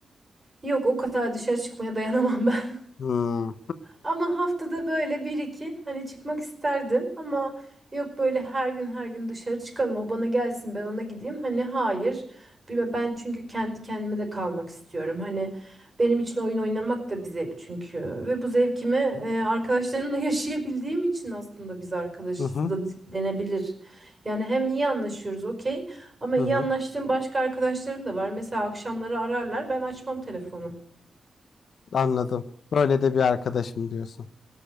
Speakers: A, on the right; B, on the left.
A: Yok o kadar dışarı çıkmaya dayanamam <laughs>
B: Hmm.
A: Ama haftada böyle bir iki hani çıkmak isterdim ama yok böyle her gün her gün dışarı çıkalım o bana gelsin ben ona gideyim. Hani hayır Bir- ben çünkü kendi kendime de kalmak istiyorum. Hani benim için oyun oynamak da bir zevk çünkü ve bu zevkimi e, arkadaşlarımla <laughs> yaşayabildiğim için aslında biz arkadaşız
B: <laughs>
A: da denebilir. Yani hem iyi anlaşıyoruz okey ama
B: Hı
A: iyi
B: hı.
A: anlaştığım başka arkadaşlarım da var. Mesela akşamları ararlar ben açmam telefonu.
B: Anladım. Böyle de bir arkadaşım diyorsun.